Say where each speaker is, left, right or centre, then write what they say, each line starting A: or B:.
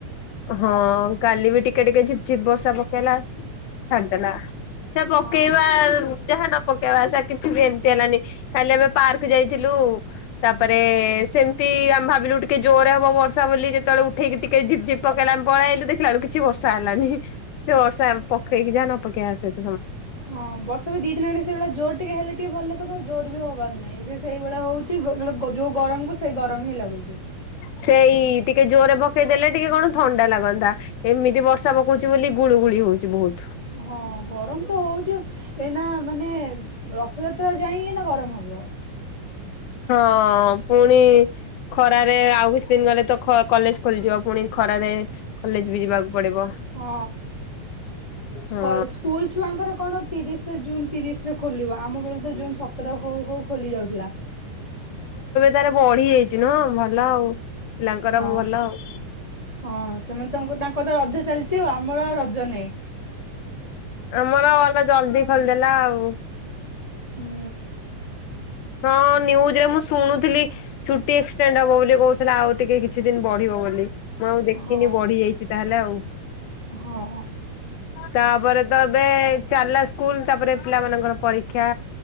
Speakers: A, on the left; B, on the left.
A: ହଁ କାଲି ବି ଟିକେ ଟିକେ ଝିପ ଝିପ୍ ବର୍ଷା ପକେଇଲା, ଛାଡିଦେଲା। ସେ ପକେଇବା
B: ହଁ।
A: ଯାହା ନ ପକେଇବା ସେ କିଛି ବି ଏମିତି ହେଲାନି। କାଲି ଆମେ ପାର୍କ ଯାଇ ଥିଲୁ। ତାପରେ ସେମିତି ଆମ ଭାବିଲୁ ଟିକେ ଜୋରରେ ହବ ବର୍ଷା ବୋଲିକି ଯେତେବେଳେ ଉଠେଇକି ଟିକେ ଝିପ୍ ଝିପ୍ ପକେଇଲା ଆମେ ପଳେଇଲୁ ଦେଖିଲା ବଳକୁ କିଛି ବର୍ଷା ହେଲାନି। ସେ ବର୍ଷା ପକେଇକି ଯାହା ନ ପକେଇବା ସେଇତ
B: ହଁ ବର୍ଷ ବି ଦିଦିନହେଲାଣି ସେଇଭଳିଆ ଜୋର ଟିକେ ହେଲେ ଟିକେ ଭଲ ଲା ଜୋର ବି ହବାର ନାହିଁ। ସେ ସେଇଭଳିଆ ହଉଚି ଯୋଉ ଗରମକୁ ସେ ଗରମ ହିଁ ଲାଗୁଚି।
A: ସେଇ ଟିକେ ଜୋରରେ ପକେଇ ଦେଲେ, ଟିକେ କଣ ଥଣ୍ଡା ଲାଗନ୍ତା। ଏମିତି ବର୍ଷା ପକଉଚି, ବୋଲି ଗୁଳୁଗୁଳି ହଉଚି ବହୁତ।
B: ହଁ ଗରମ ତ ହୋଉଚି। ଏଇନା ମାନେ ରଥଯାତ୍ରା ଯାଇଁ ଏନା ଗରମ ହ ହବ।
A: ହଁ ପୁଣି ଖରାରେ ଆଉ କିଛି ଦିନ ଗଲେ ତ ଖ କଲେଜ ଖୋଲିଯିବ ପୁଣି ଖରାରେ। କଲେଜ ବି ଯିବାକୁ ପଡିବ
B: ହଁ ସ୍କଲ୍
A: ହଁ
B: ସ୍କୁଲ ଛୁଆଙ୍କର କଣ ତିରିଶ ଜୁନ୍ ତିରିଶରେ ଖୋଲିବ। ଆମ ବେଳକୁ ତ ଜୁନ ସତର ହଉ ହଉ ଖୋଲି ଯାଉଥିଲା।
A: ତାର ବଢି ଯାଇଛି ନୁହଁ? ଭଲ ଆଉ ପିଲାଙ୍କର
B: ହଁ
A: ଭଲ ଆଉ।
B: ହଁ ସେମାନେ ତମକୁ ଡା ଙ୍କର ତ ରଜ ଚାଲିଛି ଆଉ। ଆମର ଆଉ ରଜା ନାଇଁ
A: ଆମର ଅଲା ଜଲଦି ଖୋଲଦେଲା ଆଉ।
B: ହୁଁ
A: ହଁ ନିୟୁଜରେ ମୁଁ ସୁଣୁ ଚୁଟି ଏଷ୍ଟେଟ ହବ ବୋଲି। କିଏ କହୁଥିଲା ଆଉ ଟିକେ କିଛି ଦିନ ବଢିବ ବୋଲି ମୁଁ ଆଉ ଦେଖିନି
B: ହଁ
A: ବଢି ଯାଇଛି ତା ହେଲେ। ହେଲା ଆଉ।
B: ହଁ
A: ତାପରେ ତ ଏବେ ଚାଲାସ୍ ସ୍କୁଲ ତାପରେ ପିଲାମାନଙ୍କର। ପରୀକ୍ଷା